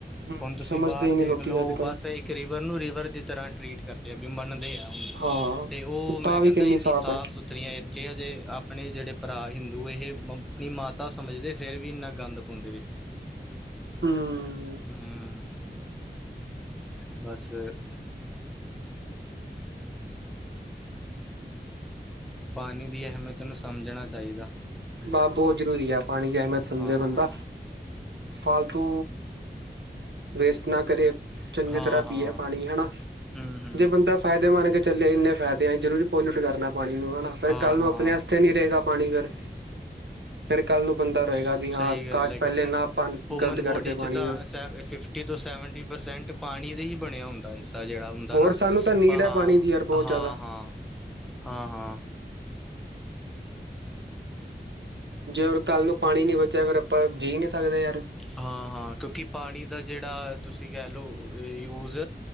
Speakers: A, on the right; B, in the centre.
A: ਹੂੰ,
B: ਹੁਣ ਤੁਸੀਂ
A: ਸਮਝਦੇ
B: ਬਾਹਰ
A: ਹੀ
B: ਦੇਖ
A: ਨਹੀਂ ਲੋਕੀ
B: ਲਓ
A: ਅੱਜ ਕੱਲ
B: ਬਸ ਇੱਕ ਰ ਰਿਵਰ ਨੂੰ ਰਿਵਰ ਦੀ ਤਰ੍ਹਾਂ ਟਰੀਟ ਕਰਦੇ ਆ ਵੀ ਮੰਨਦੇ ਆ
A: ਹਾਂ
B: ਤੇ ਉਹ
A: ਤਾਂ
B: ਮੈਂ
A: ਵੀ
B: ਕਹਿੰਦਾ
A: ਕਿੰਨੀ
B: ਇੰਨੀ ਸਾਫ਼
A: ਹੈ
B: ਸੁਥ ਖਤਰੀਆਂ ਇੱਥੇ ਆ ਜੇ ਆਪਣੇ ਜਿਹੜੇ ਭਰਾ ਹਿੰਦੂ ਇਹ ਆਪਣੀ ਮਾਤਾ ਸਮਝਦੇ ਫਿਰ ਵੀ ਇੰਨਾ ਗੰਦ ਪਾਉਂਦੇ ਵਿੱਚ
A: ਹਮ
B: ਹਮ ਬਸ ਪਾਣੀ ਦੀ ਅਹਿਮਤ ਤੈਨੂੰ ਸਮਝਣਾ ਚਾਹੀਦਾ
A: ਬਸ ਬਹੁਤ ਜ਼ਰੂਰੀ ਆ ਪਾਣੀ ਦੀ ਅਹਿਮੀਅਤ ਸਮਝੇ
B: ਹਾਂ
A: ਬੰਦਾ
B: ਹਾਂ
A: ਫਾਲਤੂ ਵੇਸਟ ਨਾ ਕਰੇ ਚੰਗੀ
B: ਹਾਂ
A: ਤਰ੍ਹਾਂ
B: ਹਾਂ
A: ਪੀਏ ਪਾਣੀ ਹੈਾ
B: ਹਮ ਹਮ
A: ਜੇ ਬੰਦਾ ਫਾਇਦੇ ਮੰਨ ਕੇ ਚੱਲੇ ਇੰਨੇ ਫਾਇਦੇ ਆ ਜ਼ਰੂੂਰ ਪੋਲਿਊਟ ਕਰਨਾ ਪਾਣੀ ਨੂੰ ਹਨਾ ਫ਼ਿਰ
B: ਹਾਂ
A: ਕੱਲ੍ਹ ਨੂੰ
B: ਹਾਂ
A: ਆਪਣੇ ਵਸਤੇ ਨ ਨਹੀਂ ਰਹੇਗਾ ਪਾਣੀ ਫਰ ਫਿਰ ਕੱਲ੍ਹ ਨੂੰ ਬੰਦਾ ਰਹੇਗਾ ਵੀ
B: ਸਹੀ
A: ਹਾਂ
B: ਗੱਲ
A: ਕਾਸ਼
B: ਹੈ
A: ਪਹਿਲੇ
B: ਕਿਉਂਕਿ
A: ਨਾ ਪਾਣ
B: ਹਿਊਮਨ
A: ਗਲਤ ਕਰਦੇ
B: ਬੋਡੀ 'ਚ
A: ਪਾਣੀ
B: ਤਾਂ ਸੈ ਫਿਫਥ ਸੈਵਟੀ ਪਰਸੈਂਟ ਪਾਣੀ ਦੇ ਹੀ ਬਣਿਆ ਹੁੰਦਾਦਾ ਜਿਹੜਾ ਹੁੰ
A: ਹੋਰ
B: ਨਾ
A: ਸਾਨੂੰ ਤਾਂ ਨੀਡ
B: ਹਾਂ
A: ਹੈ ਪਾਣੀ ਦੀ ਯਾਰ ਬਹੁਤ
B: ਹਾਂ
A: ਜ਼ਿਆਦਾ
B: ਹਾਂ ਹਾਂ ਹਾਂ
A: ਜੇ ਹਣ ਕੱਲ੍ਹ ਨੂੰ ਪਾਣੀ ਨੀ ਬਚਿਆ ਅਗਰ ਆਪਾਂ ਜੀਅ ਨਹੀਂ ਸਕਦੇ ਆ
B: ਹਾਂ ਹਾਂ ਕਿਉਂਕਿ ਪਾਣੀ ਦਾ ਜਿਹੜਾ ਤੁਸੀਂ ਕਹਿ ਲਓ ਯੂਜ